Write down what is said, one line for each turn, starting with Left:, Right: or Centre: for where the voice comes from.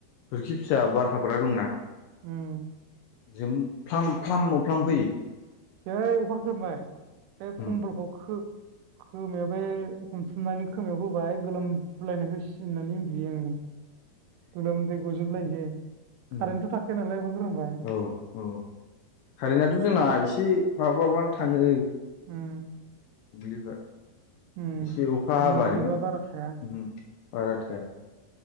Left: खिरखि फिसा बार हाबग्रा दंना?
Right: उम
Left: जोम फ्लाम फ्लाम मोफ्लाम फैयो?
Right: जै अखा खोरोमबाय बे
Left: उम
Right: खमबलखौ खोब खोमायाव बे हमथुमनानै खोमायाव होबाय गोलोम फुलायनाय होसि होसिननानै उन्दुयो आं गोलोमदै गजोबलायनोसै
Left: उम
Right: कारेन्टथ' थाखाया नालाय अखा खोरोमबा।
Left: औ औ कारेन्टआथ' जोंना
Right: ओमफ्राय
Left: एसे माबा बानो थाङो।
Right: उम
Left: जेनेबा
Right: उम
Left: इसे अखा हाबानो
Right: मोब्लिबा
Left: उम
Right: बारा थाया
Left: बारा थाया